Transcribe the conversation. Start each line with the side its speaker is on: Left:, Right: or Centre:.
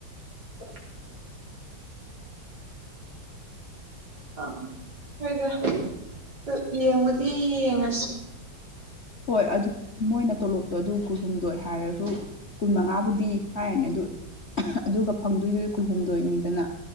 Right: <unintelligible> ꯑ ꯑꯩꯣꯏꯗ ꯑ ꯌꯦꯡꯕꯨꯗꯤ ꯌꯦꯡꯉꯁꯤ
Left: ꯍꯣꯏ ꯑꯗꯨ ꯃꯣꯏꯅ ꯇꯣꯂꯣꯞꯇꯣ ꯑꯗꯨ ꯀꯨꯟꯍꯨꯝꯗꯣꯏ ꯍꯥꯏꯔꯁꯨ ꯀꯨꯟ ꯃꯉꯥꯕꯨꯗꯤ ꯍꯥꯏꯔꯅꯤ ꯑꯗꯨ ꯑꯗꯨꯒ ꯐꯪꯗꯣꯏꯗꯨꯗꯤ ꯀꯨꯜꯍꯨꯝꯗꯣꯏꯅꯤꯗꯅ